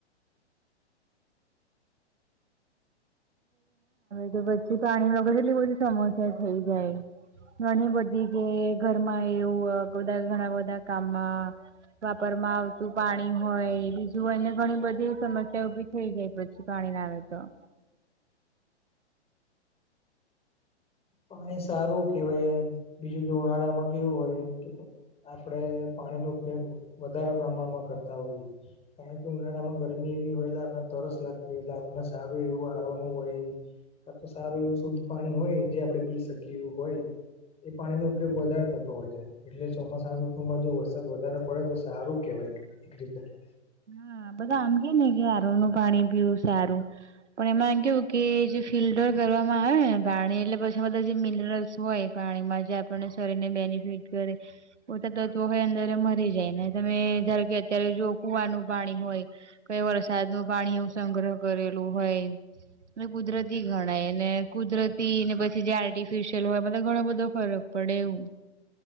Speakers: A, on the right; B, on the left.
A: તો પછી પાણી વગર એટલી બધી સમસ્યા થઇ જાય. ઘણી બધી કે ઘરમાં એવું બધા ઘણા બધા કામમાં વાપર માં આવતું પાણી હોય. જોુઈને ઘણી બધી સમસ્યા ઉભી થઈ જાય પછી પાણી ના આવે તો
B: પાણી સારું કેહેવાય બીજું કે ઉનાળામાં કેવું હોય કે આપડે પાણી ન ઉપયોગ વધારે પ્રમાણમાં કરતા હોઈએ- - કારણ કે ઉનાળા માં ગરમી એવી હોય એટલે આપણે તરસ લાગતી હોય એટલે આપણને સારું એવું આરોનું હોય- - આ તો સારું એવું શુદ્ધ પાણી હોય જે આપડણે પી શકીએ એવું હોય- - એ પાણીનોો ઉપયોગ વધારે થતો હોય છે એટલે ચોમાસા ઋતુમાં જો વરસાદ વધારે પડે તો સારું કેહેવાય કે- - <inaudible>
A: હા બધા આમ કે નને કે હાર નનું પાણી પીવું સારું- - પણ એમાં એમ કેવું કે જે ફિલ્ટર કરવામાં આવે ને પાણી એટલે પછી બધા જે મિનરલ્સ હોય- - પાણીમાં જે આપણને શરીરને બેનિફિટ કરે- - પોતા તત્વો હો અંદર મરી જાય ને તમે ધારો કે અત્યારે જો કુવાનું- - પાણી હોય કઈ વરસાદ નું પાણી એવું સંગ્રહ કરેલું હોય- - એ કુદરતી ગણાય એને કુદરતીને પછી જે આર્ટિફિશિયલ હોય મ ઘણો બધો ફરબ- - પડે એવું.